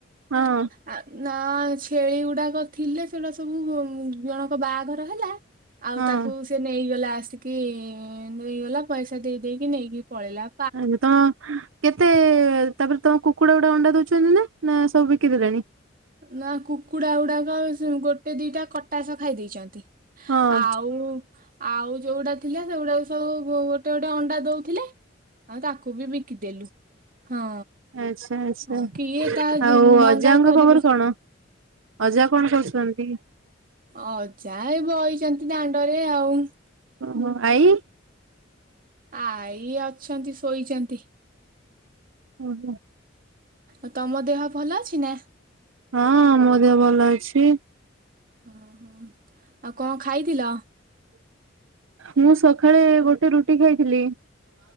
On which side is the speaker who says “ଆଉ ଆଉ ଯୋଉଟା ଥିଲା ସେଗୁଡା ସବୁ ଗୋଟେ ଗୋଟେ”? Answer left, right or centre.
Right